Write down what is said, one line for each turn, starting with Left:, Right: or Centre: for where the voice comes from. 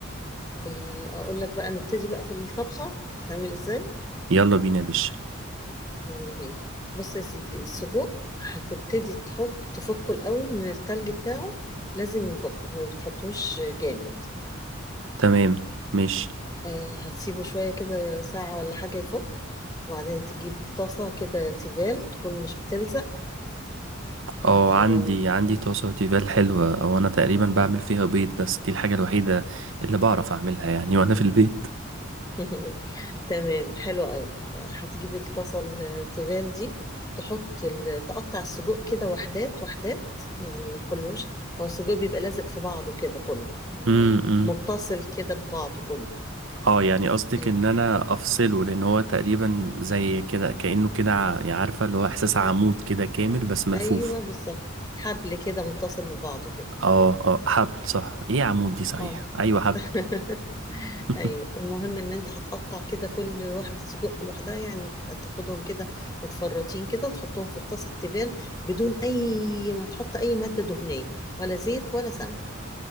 Left: آه، اقول لك بقى نبتدي بقى في الطبخة تعمل ازاي
Right: يلا بينا يا باشا
Left: يلا بينا بص يا سيدي السجق هتبتدي تحط تفكه الاول من التلج بتاعه لازم يفك ما بتحطوش جامد
Right: تمام ماشي
Left: آه، هتسيبه شوية كده ساعة ولا حاجة يفك وبعدين تجيب طاسة كده تيفال تكون مش بتلزق
Right: اه
Left: آه،
Right: عندي عندي طاسة تيفال حلوة او انا تقريبا بعمل فيها بيض بس دي الحاجة الوحيدة اللي بعرف اعملها يعني وانا في البيت
Left: <laughs> تمام حلو قوي هتجيب الطاسه التيفال دي تحط ال... تقطع السجق كده وحدات وحدات يعني ما تخلوش هو السجق بيبقى لازق في بعضه كده كله يعني
Right: امم
Left: متصل كده ببعضه كله
Right: اه يعني قصدك
Left: آه،
Right: ان انا افصله لان هو تقريبا زي كده كأنه كده ع- يعني عارفة اللي هو احساس عمود كده كامل بس ملفوف
Left: ايوه بالظبط حبل كده متصل ببعضه كده
Right: اه اه حبل صح ايه عمود دي صحيح
Left: اه
Right: ايوه حبل
Left: <laughs>
Right: <laughs>
Left: ايوه المهم ان انت هتقطع كده كل واحده سجق لوحدها يعني تاخدهم كده متفرطين كده تحطهم في الطاسه التيفال بدون اي ما تحط اي ماده دهنيه ولا زيت ولا سمن